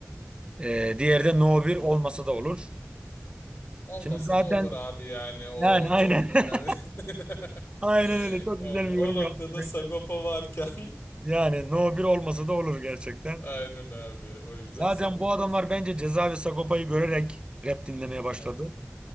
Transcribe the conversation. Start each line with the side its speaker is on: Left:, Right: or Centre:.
Right: E, diğeri de No 1 olmasa da olur.
Left: Olmasa
Right: Şimdi zaten
Left: da olur abi yani. O
Right: yani aynen.
Left: çok da önemli.
Right: <laughs>
Left: <laughs>
Right: Aynen öyle çok
Left: Yani
Right: güzel bir yorum
Left: o noktada
Right: yaptın. bence.
Left: Sagopa varken. <laughs>
Right: Yani No 1 olmasa da olur gerçekten.
Left: Aynen abi. O yüzden
Right: Zaten
Left: Sagopa'yı
Right: bu adamlar
Left: seçelim.
Right: bence Ceza ve Sagopa'yı görerek rap dinlemeye başladı.
Left: Aha.